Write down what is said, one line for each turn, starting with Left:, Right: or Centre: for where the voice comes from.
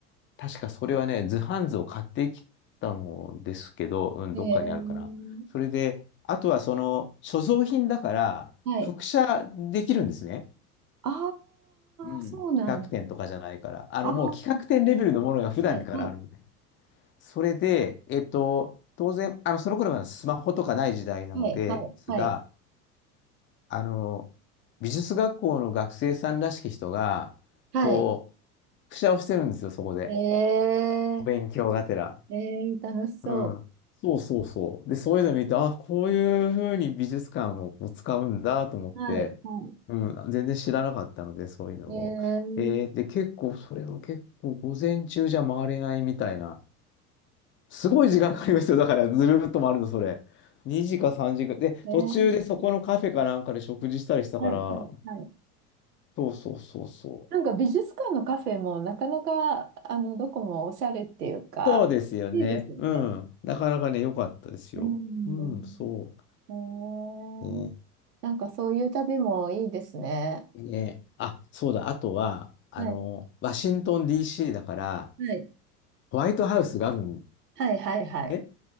Left: 確かそれはね、図版図を買ってきたのですけど、うん、
Right: ん。
Left: どっかにあるかな。
Right: えー
Left: それで、あとはその、所蔵品だから、
Right: はい。
Left: 複写できるんですね。
Right: あ
Left: うん。
Right: あ、そうなんです。
Left: 企画展とかじゃないから。あの、
Right: ああ、
Left: もう企画展レベルのものが普段からあるみたいな。
Right: はい。はい。
Left: それで、えっと、当然、あの、その頃はスマホとかない時代なのですが、
Right: はい。はい。はい。
Left: あの、美術学校の学生さんらしき人が、
Right: はい。
Left: こう、くしゃをしてるんですよ、そこで。
Right: え
Left: お勉強がてら。
Right: ー、ええ楽しそう。
Left: うん。そうそうそう。で、そういうの見て、あ、こういうふうに美術館をこう使うんだと思って、
Right: はい、は
Left: うん、全然知らなかったので、そういうのを。
Right: い。えー、
Left: えーで、結構、それは結構、午前中じゃ回れないみたいな。すごい時間かかりますよ。だからずるっと回るの、それ。2時か3時かん。で、
Right: えー、
Left: 途中でそこのカフェかなんかで食事したりしたから、
Right: はい、はい、はい。
Left: そうそうそうそう。
Right: なんか美術館のカフェもなかなか、あの、どこもおしゃれっていうか、
Left: そうですよね。
Right: いいですよね。
Left: うん。なかなかね、良かったですよ。
Right: うん。
Left: うん、そ
Right: えー、
Left: う。ね。
Right: なんかそういう旅もいいですね。
Left: ね。あ、そうだ。あとは、あの、
Right: はい、
Left: ワシントン DC だから、
Right: はい、
Left: ホワイトハウスがあるん
Right: はい、はい、はい、
Left: ね。